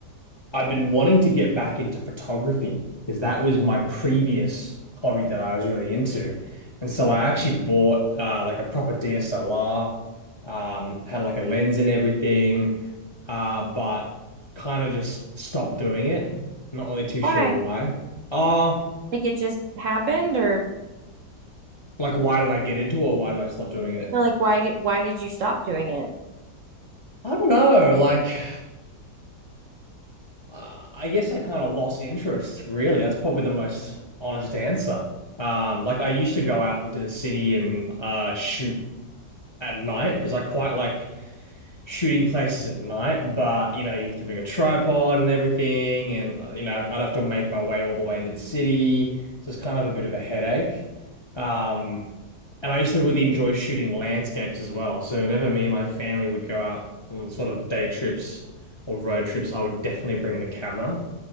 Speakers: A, on the left; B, on the right.
A: I've been wanting to get back into photography because that was my previous hobby that I was really into. And so I actually bought uh, like a proper DSLR, um, had like a lens and everything, uh, but kind of just stopped doing it. Not really too
B: Why?
A: sure why. Uh,
B: Like it just happened or
A: like why did I get into it or why did I stop doing it?
B: no, like why did why did you stop doing it?
A: I don't know. Like Uh, I guess I kind of lost interest, really. That's probably the most honest answer. Um, like I used to go out into the city and uh, shoot at night because I quite like shooting places at night. But you know, you have to bring a tripod and everything, and uh, you know, I'd have to make my way all the way into the city, so it's kind of a bit of a headache. Um, and I used to really enjoy shooting landscapes as well. So whenever me and my family would go out on sort of day trips or road trips, I would definitely bring the camera.